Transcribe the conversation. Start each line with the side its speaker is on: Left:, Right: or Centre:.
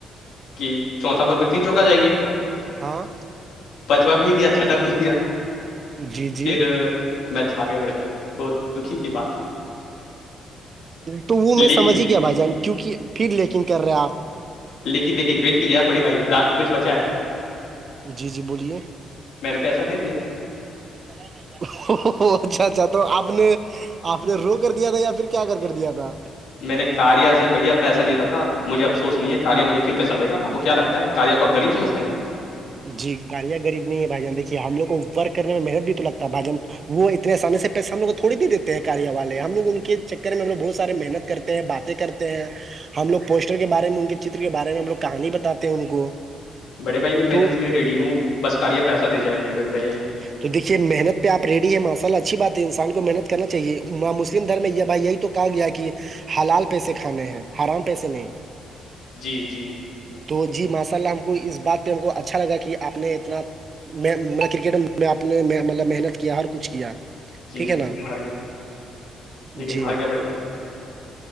Left: کہ چوتھا پر پفن چوک آ جائے گی
Right: ہاں
Left: پچواں بھی گیا چھٹا بھی بھی گیا
Right: جی جی
Left: پھر میں چھار گیا بڑے بھائی بہت دکھی کی بات ہے
Right: تو وہ
Left: لیکن
Right: میں سمجھ ہی گیا بھائی جان کیوںکہ پھر لیکن کر رہے آپ
Left: لیکن لیکن ویٹجیے آ بے بائی لاٹ میں کچ بچا ہے
Right: جی جی بولیے
Left: میں نے پیسہ دے دیا
Right: پ اچھا اچھا تو آپ نے آپ نے رو کر دیا تھا یا پھر کیا کر کر دیا تھا
Left: میں نے کاریا سے بھیا پیسہ جیتا تھا مجھے افسوس نہیں ہے کاریا مجھے پھر پیسہ دے گا کیا لگتا ہے کاریوں کو آ غریب سجھتے ہیں
Right: جی گاڑیاں غریب نہیں ہے بھائی جان دیکھیے ہم لگ کو ورک نے میں محنت بھی تو لگتا بھاجن وہ اتنے آسانی سے پیسے ہم لگ کو تھوڑی د دیتے ہیں کیا والے ہم لوگ ان کے چکر میں ہم بہت سے محنت کرتے ہیں باتیں کرتے ہیں ہم لوگ پوسٹر کے بارے میں ان کے چر کے بارے میں ہم لگ کہانی بتاتے ہیں ان کو
Left: بڑے بھائی میں محنت
Right: تو
Left: کے لیے ریڈی ہوں بس کار یا پیسہ دے جائے بھائی بھائی بھ بھائی
Right: تو دیکھیے محنت پہ آپ ریڈی ہے ماشء ال اچھی بات ہے انسان کو محنت کرنا چاہے مسلم دھرم میں ہے بھائی یہی تو کہا گیا کہ حلال پیسے کھانے ہیں ہرام پیسے نہیں
Left: جی جی
Right: تو جی ماشاء اللہ ہم کو اس بات پہ ہم کو اچھا لگا کہ آپ نے اتنا میں کرکٹ میں آپ نے مطلب محنت کیا ہر کچھ کیا
Left: جی
Right: ٹھیک ہے نا
Left: لیکن ہار گیا لیکن
Right: جی
Left: ہار گیا بڑے بائی